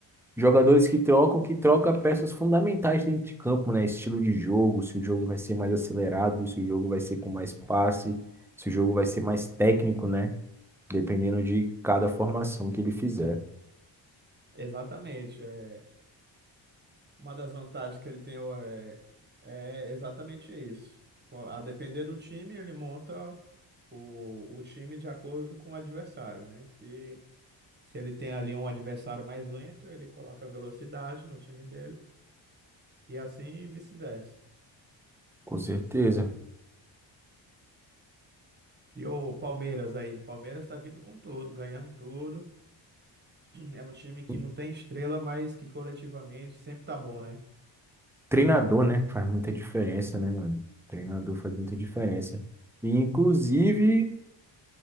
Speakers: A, in the centre; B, on the right (about 20°).
A: Jogadores que trocam, que troca peças fundamentais dentro de campo, né? Estilo de jogo, se o jogo vai ser mais acelerado, se o jogo vai ser com mais passe, se o jogo vai ser mais técnico, né? Dependendo de cada formação que ele fizer.
B: Exatamente. é. Uma das vantagens que ele tem é, é exatamente isso. Co- A depender do time, ele monta o, o time de acordo com o adversário, né? Se, se ele tem ali um adversário mais lento, ele coloca velocidade no time dele e assim vice-versa.
A: Com certeza.
B: E o Palmeiras aí, Palmeiras está vindo com tudo, ganhando tudo. É um time que
A: O
B: não tem estrela, mas que coletivamente sempre tá bom, né?
A: treinador, né? Faz muita diferença, né, mano? O treinador faz muita diferença. E, inclusive,